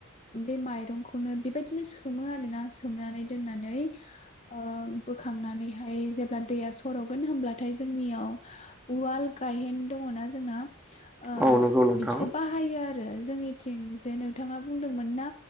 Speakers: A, on the left; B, in the centre.
A: बे माइरंखौनो बेबायदिनो सोमो आरोना सोमनानै दोननानै नै अ बोखांनानै हाय जेब्ला दैया सर' गोन होमब्ला नाथाय जोंनियाव उवाल गायहेन दङना‌ जोंना <unintelligible> आरो
B: औ नंगौ नोंथां
A: जोंनिथिं जे नोंथाङा बुंदोंमोन ना